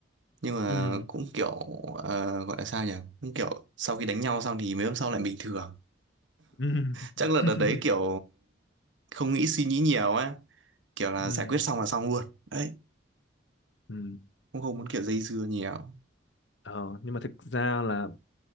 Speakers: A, on the right (about 80°); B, on the left (about 70°).
A: Nhưng mà
B: ừ
A: cũng kiểu ờ, gọi là sao nhỉ? Cũng kiểu sau khi đánh nhau xong thì mấy hôm sau lại bình thường
B: ừ
A: chắc là
B: <laughs>
A: đợt đấy kiểu không nghĩ suy nghĩ nhiều á kiểu là
B: ừ
A: giải quyết xong là xong luôn đấy
B: ừ.
A: cũng không muốn kiểu dây dưa nhiều
B: Ờ, nhưng mà thực ra là